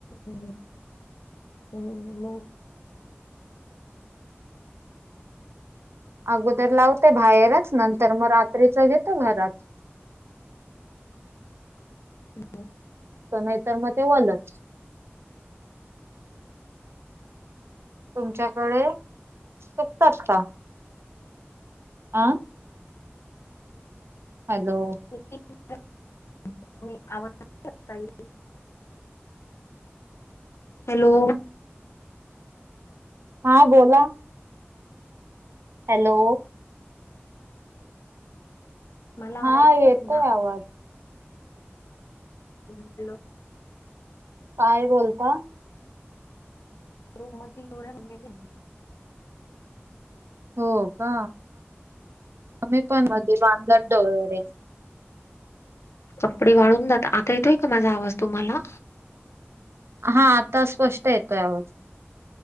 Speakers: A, on the left; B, on the right.
A: हम,, हम मग,
B: अगोदर लावते बाहेरच नंतर मग रात्रीच घेतो घरात.
A: हो.
B: नाहीतर मग ते ओलच तुमच्याकडे शेकतात का? आं हॅलो
A: <inaudible> हॅलो
B: हा बोला. हॅलो
A: मला
B: हा
A: आवडतोय
B: येतोय
A: तुंदा
B: आवाज
A: हॅलो
B: पाय बोलता
A: तीन वर आहे म्हणायले.
B: हो का आम्ही पण मध्ये बांधल्यात दोरे
A: कपडे वाळून जाता, आता येतोय का माझा आवाज तुम्हाला
B: हा आता स्पष्ट येतोय आवाज